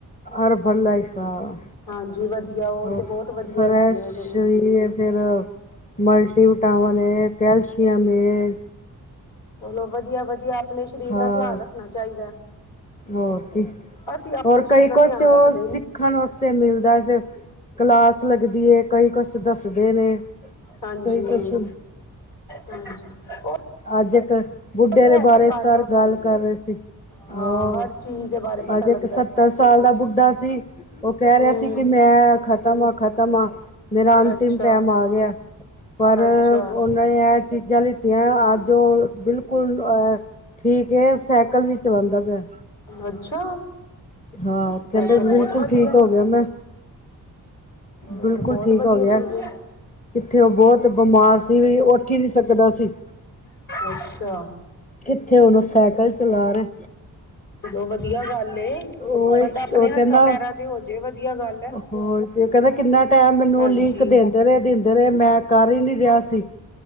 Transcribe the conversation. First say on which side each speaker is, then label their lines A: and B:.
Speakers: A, on the left (about 20°); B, on the left (about 50°).
A: ਹਰਬਲ ਲਾਈਫ ਆ।
B: ਹਾਂਜੀ ਵਧੀਆ, ਉਹ
A: ਹੋਰ
B: ਤੇ ਬਹੁਤ ਵਧੀਆ
A: ਫਰੈਸ਼
B: ਹੈਗੀ ਹੈ ਇਹ ਜਿਹੜੀ।
A: ਵੀ ਹੈ ਫਿਰ ਮਲਟੀ ਵਿਟਾਮਨ ਐ, ਕੈਲਸ਼ੀਅਮ ਐ।
B: ਚਲੋ ਵਧੀਆ ਵਧੀਆ ਆਪਣੇ ਸਰੀਰ
A: ਹਾਂ
B: ਦਾ ਧਿਆਨ ਰੱਖਣਾ ਚਾਹੀਦਾ ਹੈ।
A: ਹੋਰ ਕੀ
B: ਅਸੀਂ ਆਪਣੇ
A: ਹੋਰ
B: ਸਰੀਰ
A: ਕਈ
B: ਦਾ
A: ਕੁਛ।
B: ਧਿਆਨ ਰੱਖਦੇ
A: ਸਖਣ
B: ਹੀ
A: ਵਾਸਤੇ ਮਿਲਦਾ ਫਿਰ ਕਲਾਸ ਲੱਗਦੀ ਹੈ। ਕਈ ਕੁਛ ਦੱਸਦੇ ਨੇ
B: ਹਾਂਜੀ
A: ਕਈ ਕੁਛ।
B: ਹਾਂਜੀ। ਉਹ
A: ਅੱਜ ਇੱਕ ਬੁੱਢੇ
B: ਤੇ
A: ਦੇ
B: ਹੈ ਹੀ
A: ਬਾਰੇ
B: ਕਰ
A: ਸਰ
B: ਲੋ
A: ਗੱਲ
B: ਫਿਰ
A: ਕਰ ਰਹੇ ਸੀ ਆਹ
B: ਹਾਂ ਹਰ ਚੀਜ਼ ਦੇ ਬਾਰੇ ਪਤਾ
A: ਅੱਜ
B: ਲੱਗਦਾ
A: ਇੱਕ ਸੱਤਰ ਸਾਲ ਦਾ ਬੁੱਢਾ ਸੀ ਉਹ ਕੈ
B: ਹੂੰ
A: ਰੇਆ ਸੀ ਕਿ ਮੈਂ ਖਤਮ ਆ ਖ਼ਤਮ ਆ ਮੇਰਾ ਅੰਤਿਮ
B: ਅੱਛਾ
A: ਟੈਮ ਆ ਗਿਆ ਪਰ
B: ਅੱਛਾ
A: ਉਹਨਾਂ ਨੇ ਇਹ ਚੀਜ਼ਾਂ ਲਈ ਆਜ ਜੋ ਬਿਲਕੁਲ ਅ ਠੀਕ ਹੈ ਸੈਕਲ ਵੀ ਚਲਾਂਦਾ ਪਿਆ
B: ਅੱਛਾ
A: ਹਾਂ
B: ਫਿਰ
A: ਕੈਂਦੇ
B: ਤੇ
A: ਬਿਲਕੁਲ
B: ਬਹੁਤ ਵਧੀਆ
A: ਠੀਕ ਹੋ ਗਿਆ ਮੈਂ
B: ਫਿਰ
A: ਬਿਲਕੁਲ
B: ਤੇ ਬਹੁਤ
A: ਠੀਕ
B: ਵਧੀਆ
A: ਹੋ ਗਿਆ
B: ਚੀਜ਼ ਹੈ
A: ਕਿੱਥੇ ਉਹ ਬੋਤ ਬਿਮਾਰ ਸੀ ਵੀ ਉੱਠ ਈ ਨਹੀਂ ਸਕਦਾ ਸੀ
B: ਅੱਛਾ
A: ਕਿੱਥੇ ਹੁਨ ਓ ਸੈਕਲ ਚਲਾ ਰਹੇ
B: ਚਲੋ ਵਧੀਆ ਗੱਲ ਏ
A: ਉਹ
B: ਬੰਦਾ ਆਪਣੇ
A: ਉਹ ਕਹਿੰਦਾ
B: ਹੱਥਾਂ ਪੈਰਾਂ ਤੇ ਹੋਜੇ ਵਧੀਆ ਗੱਲ ਹੈ
A: ਹੋਰ ਕਹਿੰਦਾ ਕਿੰਨਾ ਟਾਈਮ ਮੈਨੂੰ
B: ਹਾਂਜੀ
A: ਲਿੰਕ ਦਿੰਦੇ ਰਹੇ ਦਿੰਦੇ ਰਹੇ ਮੈਂ ਕਰ ਹੀ ਨਹੀਂ ਰੇਆ ਸੀ